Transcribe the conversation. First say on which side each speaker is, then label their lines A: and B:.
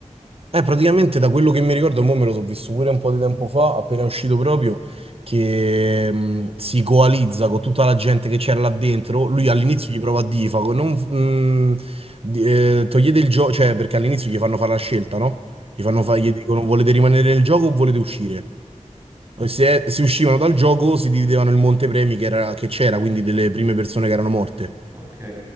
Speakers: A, on the right (about 50°); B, on the right (about 20°).
A: Eh, praticamente da quello che mi ricordo, mo me lo so visto pure un po' di tempo fa, appena è uscito proprio, che mh, si coalizza con tutta la gente che c'era là dentro. Lui
B: Mhm,
A: all'inizio gli prova a dire, fa, non, mh, di- eh, togliete il gioco, cioè perché all'inizio gli fanno fare la scelta, no? Gli
B: mhm.
A: fanno fa- gli dicono volete rimanere nel gioco o volete uscire? E Se, se uscivano dal gioco si dividevano il montepremi che era- che c'era, quindi delle prime persone che erano morte.
B: Ok,